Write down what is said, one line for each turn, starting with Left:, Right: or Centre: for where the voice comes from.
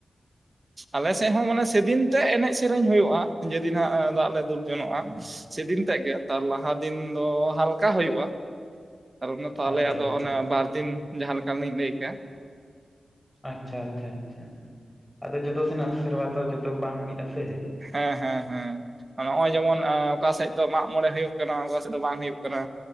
Right: ᱟᱞᱮᱥᱮᱫ ᱦᱚᱸ ᱢᱟᱱᱮ ᱥᱮᱫᱤᱱ ᱛᱮ ᱮᱸᱱᱮᱡ ᱥᱮᱸᱨᱮᱧ ᱦᱩᱭᱩᱜᱼᱟ ᱡᱮᱫᱤᱱ ᱦᱟᱸᱜ ᱫᱟᱜ ᱞᱮ ᱫᱩᱞ ᱜᱚᱱᱚᱜᱼᱟ ᱥᱮᱫᱤᱱ ᱛᱮᱫ ᱜᱮ ᱛᱟᱨ ᱞᱟᱦᱟ ᱫᱤᱱ ᱫᱚ ᱦᱟᱞᱠᱟ ᱦᱩᱭᱩᱜᱼᱟ ᱟᱨ ᱚᱱᱟᱛᱮ ᱟᱞᱮᱭᱟᱜ
Centre: ᱟᱪᱪᱷᱟ
Right: ᱫᱚ
Centre: ᱟᱪᱪᱷᱟ
Right: ᱚᱱᱮ ᱵᱟᱨ ᱫᱤᱱ ᱡᱟᱦᱟᱸ ᱞᱮᱠᱟᱞᱤᱧ ᱞᱟᱹᱭ ᱠᱮᱫ
Centre: ᱟᱪᱪᱷᱟ ᱟᱪᱪᱷᱟ ᱟᱪᱪᱷᱟ ᱟᱫᱚ ᱡᱚᱛᱚ ᱥᱮᱱᱟᱜ ᱥᱮᱸᱨᱣᱟ ᱛᱚ ᱡᱚᱛᱚ ᱵᱟᱝ ᱢᱤᱫ ᱟ ᱥᱮ
Right: ᱦᱮᱸ ᱦᱮᱸ ᱦᱮᱸ ᱱᱚᱜᱼᱚᱭ ᱡᱮᱢᱚᱱ ᱚᱠᱟᱥᱮᱫ ᱫᱚ ᱢᱟᱸᱜᱽ ᱢᱚᱬᱮᱸ ᱦᱩᱭᱩᱜ ᱠᱟᱱᱟ ᱚᱠᱟᱥᱮᱫ ᱫᱚ ᱵᱟᱝ ᱦᱩᱭᱩᱜ ᱠᱟᱱᱟ